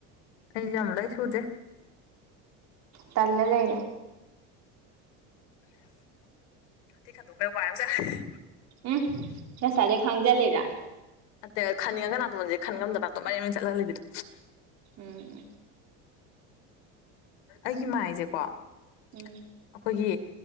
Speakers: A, on the left (about 80°); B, on the right (about 50°).
A: ꯑꯩ ꯌꯥꯝ ꯂꯩ ꯁꯨꯗꯦ
B: ꯇꯂ ꯂꯩꯔꯦ
A: ꯍꯥꯊꯤ ꯈꯟꯊꯣꯛꯄ ꯋꯥꯏ ꯑꯝ ꯁꯡꯉꯦ
B: ꯎꯝ ꯉꯁꯥꯏꯗꯩ ꯈꯥꯡꯖꯤꯂꯤꯔꯥ
A: ꯅꯠꯇꯦ ꯈꯟꯅꯤꯡꯉꯒ ꯅꯥꯇꯣꯟꯁꯦ ꯈꯟ ꯉꯝꯗꯕ ꯅꯥꯇꯣꯟꯁꯦ ꯃꯔꯦꯡ ꯃꯔꯦꯡ ꯆꯠꯂ ꯂꯩꯕꯤꯗꯣ
B: ꯎꯝ
A: ꯑꯩꯒꯤ ꯃꯥꯏꯁꯦꯀꯣ ꯑꯩꯈꯣꯏꯒꯤ
B: ꯎꯝ